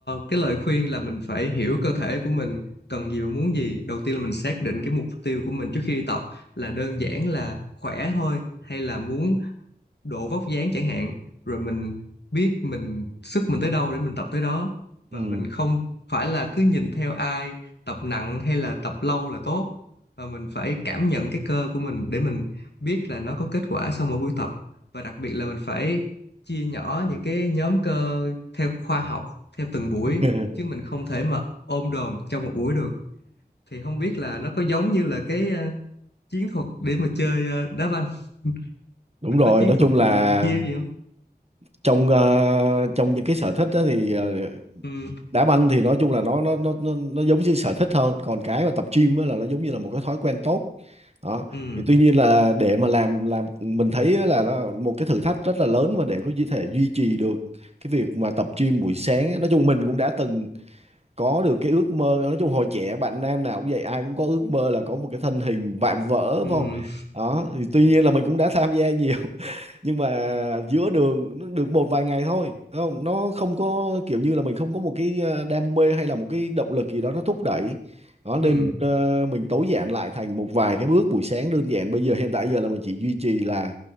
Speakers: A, on the left; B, on the right.
A: cái lời khuyên là mình phải hiểu cơ thể của mình cần gì và muốn gì đầu tiên là mình xác định cái mục tiêu của mình trước khi đi tập là đơn giản là khỏe thôi hay là muốn độ vóc dáng chẳng hạn rồi mình biết mình sức mình tới đâu để mình tập tới đó và
B: Ừ.
A: mình không phải là cứ nhìn theo ai tập nặng hay là tập lâu là tốt và mình phải cảm nhận cái cơ của mình để mình biết là nó có kết quả sau mỗi buổi tập và đặc biệt là mình phải chia nhỏ những cái nhóm cơ theo khoa học theo từng buổi
B: <laughs>
A: chứ mình không thể mà ôm đồm trong một buổi được thì không biết là nó có giống như là cái ờ, chiến thuật để mà chơi ờ, đá banh <laughs>
B: Đúng
A: mình
B: rồi,
A: có chiến
B: nói
A: thuật
B: chung là
A: ừ, kia gì không
B: trong ờ, trong những cái sở thích đó thì ờ,
A: Ừm,
B: đá banh thì nói chung là nó nó nó nó nó giống như sở thích hơn, còn cái mà tập gym á là nó giống như là một cái thói quen tốt. đó
A: ừm,
B: thì tuy nhiên là để mà làm làm mình thấy là nó một cái thử thách rất là lớn và để có thể duy trì được cái việc mà tập gym buổi sáng á. nói chung mình cũng đã từng có được cái ước mơ nói chung hồi trẻ bạn nam nào cũng vậy ai cũng có ước mơ là có một cái thân hình vạm vỡ
A: ừm,
B: phải không đó thì tuy nhiên là mình cũng đã tham gia nhiều nhưng mà giữa đường nó được một vài ngày thôi đúng không nó không có kiểu như là mình không có một cái ờ, đam mê hay là một cái động lực gì đó nó thúc đẩy đó nên
A: ừm,
B: ờ, mình tối giản lại thành một vài cái bước buổi sáng đơn giản bây giờ hiện tại giờ là mình chỉ duy trì là